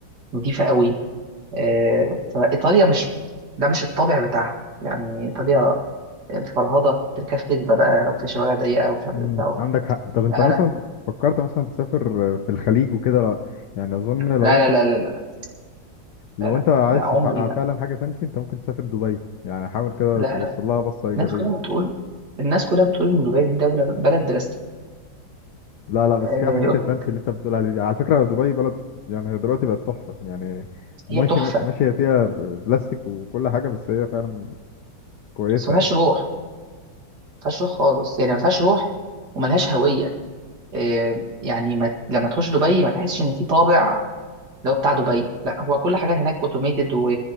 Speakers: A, on the right (about 55°); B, on the left (about 70°).
A: نضيفه قوي آه، فايطاليا مش ده مش الطابع بتاعها يعني ايطاليا فرهضه بتركب فيسبا بقى في شوارع ضيقه ومش عارف
B: مم.
A: ايه وبتاع
B: عندك حق طب انت
A: لا
B: مثلا
A: انا
B: فكرت مثلا تسافر في الخليج وكده لا يعني اظن لو
A: لا
B: انت
A: لا لا لا لا
B: لو
A: لا لا,
B: انت عايز
A: لا عمري
B: تف- فعلا
A: لا
B: حاجه فانسي انت ممكن تسافر دبي يعني حاول كده
A: لا
B: تبص
A: لا
B: لها بصه ايجابيه
A: الناس كلها بتقول الناس كلها بتقول ان دبي دي دوله بلد بلا
B: لا لا بس
A: آه،
B: فيها الحاجات
A: يقول
B: الفانسي
A: لك
B: اللي انت بتقول عليها دي على فكره دبي بلد يعني هي دلوقتي بقت تحفه يعني ماشي
A: هي تحفه
B: ماشيه فيها ب- بلاستيك وكل حاجه بس هي فعلا كويسه
A: بس ما فيهاش
B: يعني
A: روح ما فيهاش روح خالص يعني ما فيهاش روح وملهاش هويه آه، يعني ما لما تخش دبي ما تحسش ان في طابع اللي هو بتاع دبي لا هو كل حاجه هناك اوتوميتد و...